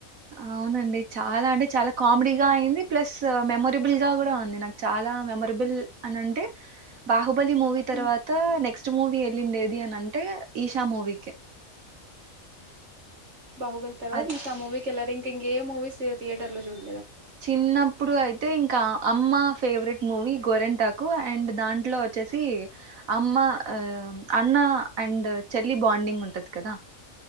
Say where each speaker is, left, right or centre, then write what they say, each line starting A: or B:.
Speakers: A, on the right; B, on the right.
A: అవునండి చాలా అంటే చాలా కామెడీ గా అయింది ప్లస్ మెమొరబుల్ గా కూడా ఉంది నాకు చాలా మెమొరబుల్ అని అంటే బా హుబలి మూవీ తర్వాత
B: హ్మ్.
A: నెక్స్ ట్ మూవీ వెళ్ళిండేది అని అంటే ఈషా మూవీ కే
B: బాహుబలి తర్వాత
A: అది
B: ఈషా మూవీకి వెళ్ళారిం తింగే ఏ మూవీస్ థియటర్ లో జూల్
A: చిన్నప్పుడు అయితే ఇం కా అమ్మ ఫేవరెట్ మూవీ గోరింటాకు అండ్ దాంట్లో వచ్చేసి అమ్మ ఆ అన్నా అండ్ చెల్లి బాండింగ్ ఉంటది కదా